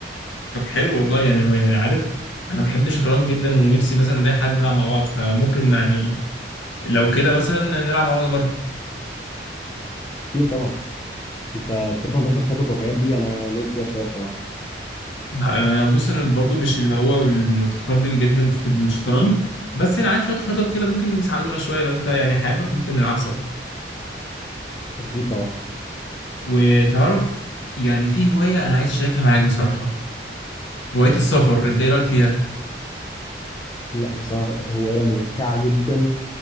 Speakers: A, on the left; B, on the left.
A: طب حلو والله يعني يعني عارف انا بحب الشطرنج جدا ونفسي مثلا نلاقي حد نلعب مع بعض فممكن يعني لو كده مثلا نلعب مع بعض مره
B: اكيد طبعا انت تفهم بقى في الخطط والحاجات دي انا نوب فيها شويه بصراحه
A: لا، انا بص انا برضو مش اللي هو المتقدم جدا في الشطرنج بس انا عارف شويه خطط كده ممكن يساعدونا شويه لو انت يعني حابب ممكن نلعب سوا
B: اكيد طبعا
A: وتعرف يعني في هوايه انا عايز اشاركها معاك بصراحه هوايه السفر انت ايه رايك فيها
B: لا بصراحه هوايه ممتعه جدا